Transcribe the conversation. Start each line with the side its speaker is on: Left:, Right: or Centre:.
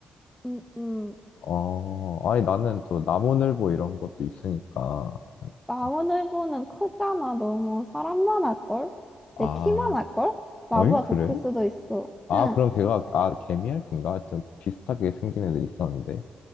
Centre: 음, 음.
Left: 어, 아니, 나는 또 나무늘보 이런 것도 있으니까. 그래서.
Centre: 나무늘보는 크잖아. 너무 사람만 할걸?
Left: 아,
Centre: 내 키만 할걸? 나보다
Left: 어잉, 그래?
Centre: 더 클 수도 있어.
Left: 아,
Centre: 응.
Left: 그럼 걔가, 아, 개미핥기인가? 하여튼 비슷하게 생긴 애들 있었는데.